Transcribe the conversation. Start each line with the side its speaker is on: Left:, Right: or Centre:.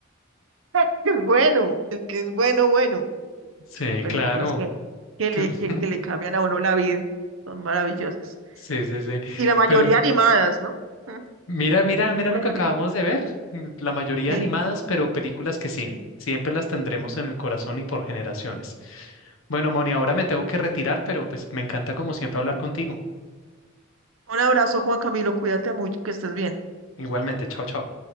Right: Es es bueno, es que es bueno, bueno.
Left: Sí,
Right: películas
Left: claro.
Right: que, que
Left: que-
Right: le, que,
Left: <laughs>
Right: que le cambian a uno la vida. Son maravillosas.
Left: Sí, sí, sí.
Right: Y la mayoría
Left: Pero
Right: animadas, ¿no? Mm, La
Left: Mira, mira, mira
Right: mayoría.
Left: lo que acabamos
Right: anim-
Left: de ver. mm, La mayoría
Right: Sí,
Left: animadas, pero películas que sí,
Right: sí.
Left: siempre las tendremos en el corazón y por generaciones. Bueno, Moni, ahora me tengo que retirar, pero pues me encanta como siempre hablar contigo.
Right: Un abrazo, Juan Camilo. Cuídate mucho, que estés bien.
Left: Igualmente, chao, chao.